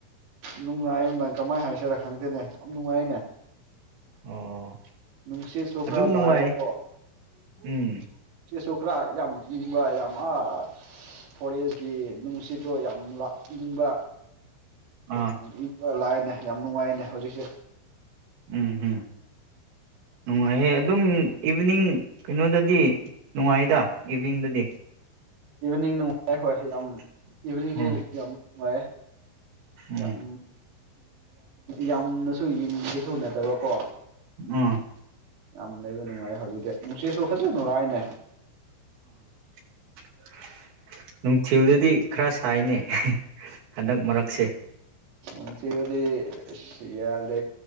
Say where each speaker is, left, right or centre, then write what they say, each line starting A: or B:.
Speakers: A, on the right; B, on the right.
A: ꯅꯨꯡꯉꯥꯏꯗꯥꯪ ꯀꯃꯥꯏꯅ ꯍꯥꯏꯁꯤꯔ ꯈꯪꯗꯦꯅꯦ ꯌꯥꯝ ꯅꯨꯡꯉꯥꯏꯅꯦ
B: ꯑꯣ
A: ꯅꯨꯡꯁꯤꯠ ꯁꯨ
B: ꯑꯗꯨꯝ
A: ꯈ꯭ꯔ
B: ꯅꯨꯡꯉꯥꯏ
A: ꯂꯥꯏꯕꯀꯣ
B: ꯎꯝ
A: ꯆꯦꯁꯣ ꯈꯔꯥ ꯌꯥꯝ ꯏꯪꯕ ꯌꯥꯝ ꯑꯥ ꯐꯣꯔꯦꯁꯀꯤ ꯅꯨꯡꯁꯤꯠꯗꯣ ꯌꯥꯝ ꯏꯪꯕ
B: ꯑꯥ
A: ꯏꯪꯕ ꯂꯥꯏꯅꯦ ꯌꯥꯝ ꯅꯨꯡꯉꯥꯏꯅꯦ ꯍꯧꯖꯤꯛꯁꯦ
B: ꯎꯝ ꯎꯝ ꯅꯨꯡꯉꯥꯏꯍꯦ ꯑꯗꯨꯝ ꯏꯚꯤꯅꯤꯡ ꯀꯩꯅꯣꯗꯗꯤ ꯅꯨꯡꯉꯥꯏꯗ ꯏꯚꯤꯅꯤꯡꯗꯗꯤ
A: ꯏꯚꯤꯅꯤꯡ ꯅꯨꯡꯉꯥꯏ ꯍꯣꯏ ꯌꯥꯝ ꯏꯚꯤꯅꯤꯡꯗꯤ
B: ꯎꯝ
A: ꯌꯥꯝ ꯅꯨꯡꯉꯥꯏꯔꯦ
B: ꯎꯝ
A: ꯌꯥꯝ ꯌꯥꯝꯅꯁꯨ ꯌꯦꯪꯕꯁꯨ ꯅꯗꯕꯀꯣ
B: ꯑꯝ
A: ꯌꯥꯝ ꯂꯩꯕ ꯅꯨꯡꯉꯥꯏꯔꯦ ꯍꯧꯖꯤꯛꯇꯗꯤꯤ ꯅꯨꯡꯁꯤꯠꯁꯨ ꯐꯖꯅ ꯂꯥꯏꯅꯦ
B: <unintelligible> ꯅꯨꯡꯊꯤꯜꯗꯨꯗꯤ ꯈꯔ ꯁꯥꯏꯅꯦ ꯍꯟꯗꯛ ꯃꯔꯛꯁꯦ
A: ꯎ ꯊꯕꯗꯤ ꯌꯥꯗ